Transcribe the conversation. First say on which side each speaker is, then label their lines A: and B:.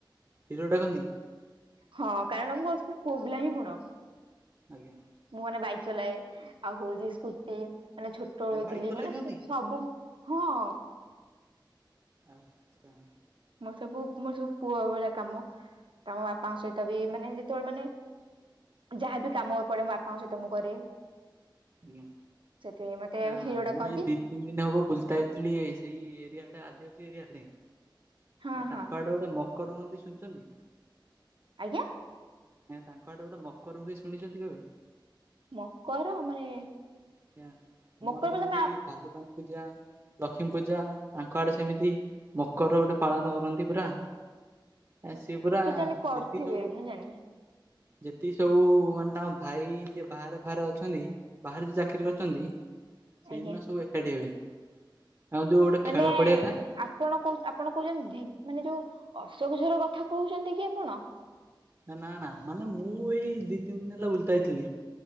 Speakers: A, on the right (about 35°); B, on the right (about 85°).
A: ହିରୋ ଡାକନ୍ତି।
B: ହଁ, କାରଣ ମୋର ସବୁ ପୁଆପିଲା ହିଁ ଗୁଣ।
A: ଆଜ୍ଞା।
B: ମୁଁ ମାନେ ବାଇକ୍ ଚଲାଏ। ଆଉ ହଉଚି ସ୍କୁଟି, ମାନେ ଛୋଟବେଳୁ ହେଇଥିଲି
A: ବାଇକ୍ ଚଲେଇ
B: ମାନେ
A: ଦିଅନ୍ତି
B: ସବୁ ହଁ।
A: ଆଚ୍ଛା।
B: ମୋ ସବୁ ମୋ ସବୁ ପୁଅ ଭଳିଆ କାମ। ତମ ବାପାଙ୍କ ସହିତ ବି ମାନେ ଯେତେବେଳେ ମାନେ ଯାହାବି କାମ ପଡେ ମୋ ବାପାଙ୍କ ସହିତ ମୁଁ କରେ।
A: ଆଜ୍ଞା।
B: ସେଥିପାଇଁ ମତେ
A: ନା
B: ହିରୋ
A: ମୁଁ
B: ଡାକନ୍ତି
A: ଏଇ ଦି ତିନି ଦିନ ହବ ବୁଲତା ଯାଇଥିଲି ସେଇ ଏରିଆଡେ। ରିଡେ <unintelligible>
B: ହଁ ହଁ
A: ତାଙ୍କ ଆଡେ ଗୋଟେ ମକର ରୁହନ୍ତି ଶୁଣିଛନ୍ତି?
B: ଆଜ୍ଞା।
A: ଏ ତାଙ୍କ ଆଡେ ଗୋଟେ ମକର ହୁଏ ଶୁଣିଛନ୍ତି କେବେ?
B: ମକର ମାନେ?
A: ଆଜ୍ଞା ଆମର
B: ମକର ବୋଲି
A: ଯେମିତି
B: ତମେ
A: ପା ପୂଜା ଲକ୍ଷ୍ମୀ ପୂଜା ତାଙ୍କ ଆଡେ ସେମିତି ମକର ଗୋଟେ ପାଳନ କରନ୍ତି ପୁରା ଆ ସିଏ ପୁରା
B: କି ଜଣେ କରିଥିବେ
A: ଯେତିକି ସବୁ
B: ମୁଁ ଜାଣିନି।
A: ଯେତିକି ସବୁ ମାନେ ତାଙ୍କ ଭାଇ ଯିଏ ବାହାରେ ଫାହାରେ ଅଛନ୍ତି, ବାହାରେ ଯ ଏକକିରି କରିଛନ୍ତି, ସେଇଦିନ
B: ଆଜ୍ଞା
A: ସବୁ ଏକାଠି ହେବେ। ଆଉ ଯୋଉ ଗୋଟେ
B: ମାନେ
A: ଖେଳ ପଡିଆ ଥାଏ
B: ଆପଣ କ ଆପଣ କହୁଚନ୍ତି ଢେ ମାନେ ଓ ଅଶୋକଝୋର କଥା କହୁଛନ୍ତି କି ଆପଣ?
A: ନା ନା ମାନେ ମୁଁ ଏଇ ଦି ତିନି ଦିନ ହେଲା ବୁଲୁଥିଲି।